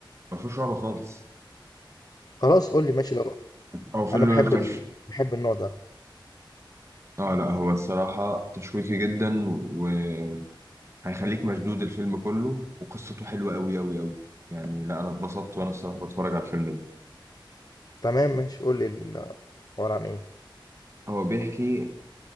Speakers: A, on the right (about 35°); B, on the left (about 50°).
A: ما فيهوش رعب خالص
B: خلاص قول لي ماشي لو
A: هو فيلم
B: انا بحب
A: تش...
B: ال... بحب النوع ده
A: اه لا هو الصراحه تشويقي جدا وهيخليك مشدود الفيلم كله وقصته حلوه قوي قوي قوي يعني لا انا اتبسطت وانا الصراحه بتفرج على الفيلم ده
B: تمام ماشي قول لي ال- عبارة عن ايه
A: هو بيحكي